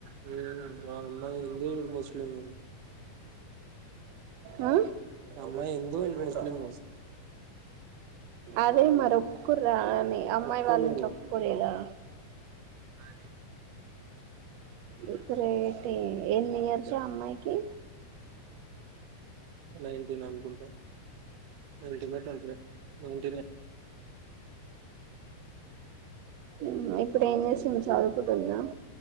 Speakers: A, on the right; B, on the right.
A: హ్మ్ వాళ్ళ హిందు ఈడు ముస్లింలు
B: ఆ
A: అమ్మాయి హిందూ ఈడు ముస్లిం
B: అదే మరి ఒప్పుకుర్రా అని అమ్మాయి
A: ఒప్పుకోలేరు
B: వాళ్ళ ఇంట్లో ఒప్పులేదా
A: ఆదేయు
B: ఇ గ్రేటే ఎన్ని ఇయర్సో అమ్మాయికి
A: నైన్టీన్ అనుకుంటా నైన్టీనో ట్వెంటీ నో నైన్టీన్ నే
B: ఉమ్ ఇప్పుడు ఏం చేస్తుంది చదువుకుంటుందా